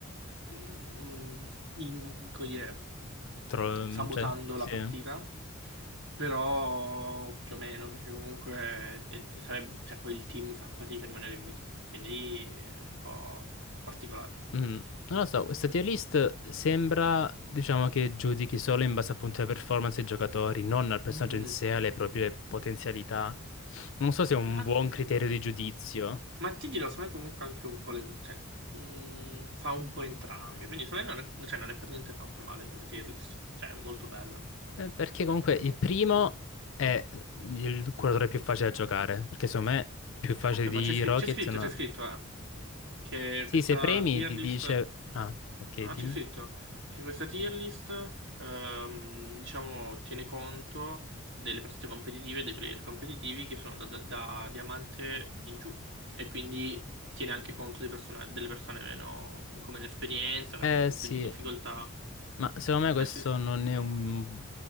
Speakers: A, on the right (about 60°); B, on the left (about 60°).
A: mh, in- come dire,
B: Tro-
A: sabotando
B: cioè, sì.
A: la partita, però più o meno, perché comunque eh, sarebbe- cioè, poi il team fa fatica a rimanere in vita, quindi è un po' particolare.
B: Mm, Non lo so, questa tier list sembra, diciamo, che giudichi solo in base appunto alle performance dei giocatori, non al personaggio
A: Mhm.
B: in sé, alle proprie potenzialità. Non so se è un
A: Ma,
B: buon criterio di giudizio,
A: ma ti dirò, secondo me comunque anche un po' le... cioè, mh, fa un po' entrambi, quindi secondo me non è, cioè, non è per niente fatto male come tier list, cioè è molto bella.
B: eh, perché comunque il primo è il curatore più facile da giocare, perché secondo me più facile
A: Aspetta,
B: di
A: ma c'è scri-
B: Rocket
A: c'è scritto,
B: no.
A: c'è scritto, eh, che
B: Sì,
A: questa
B: se premi
A: tier
B: ti
A: list,
B: dice... Ah, ok,
A: no,
B: dimmi.
A: c'è scritto che questa tier list, ehm, diciamo, tiene conto delle partite competitive e dei player competitivi che sono da, da- da diamante in giù e quindi tiene anche conto dei persona- delle persone meno, come l'esperienza, che
B: Eh
A: hanno un po'
B: sì,
A: più di difficoltà.
B: Ma secondo me
A: Ma
B: questo
A: ci sta.
B: non è un